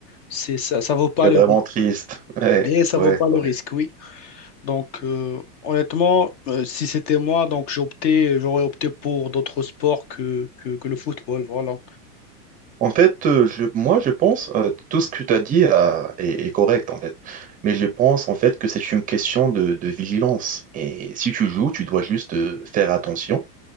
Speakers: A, on the left; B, on the right.
A: c'est, ça, ça vaut pas
B: C'est
A: le
B: vraiment
A: risque.
B: triste. Ouais,
A: Et ça
B: ouais,
A: vaut pas le
B: ouais.
A: risque, oui. Donc, euh, honnêtement, euh, si c'était moi, donc j'optais, j'aurais opté pour d'autres sports que, que, que le football. Voilà.
B: En fait, euh, je, moi, je pense euh, tout ce que tu as dit euh, est, est correct, en fait. Mais je pense, en fait, que c'est une question de, de vigilance. Et si tu joues, tu dois juste euh, faire attention,